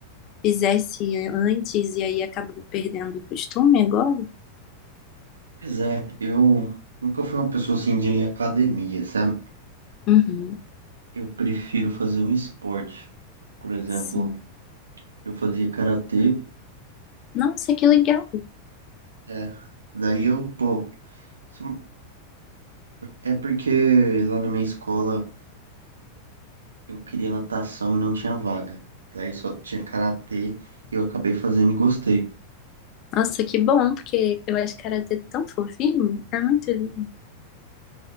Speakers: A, on the left (about 35°); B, on the right (about 70°).
A: fizesse antes e aí acabou perdendo o costume agora?
B: Pois é, eu nunca fui uma pessoa assim de academia, sabe?
A: Uhum,
B: Eu prefiro fazer um esporte. Por exemplo,
A: sim.
B: eu fazia karatê,
A: Nossa, que legal.
B: é. Daí eu, pô, isso é porque lá na minha escola eu queria natação e não tinha vaga. Daí só tinha karatê e eu acabei fazendo e gostei.
A: Nossa, que bom, porque eu acho karatê é tão fofinho. É muito lindo.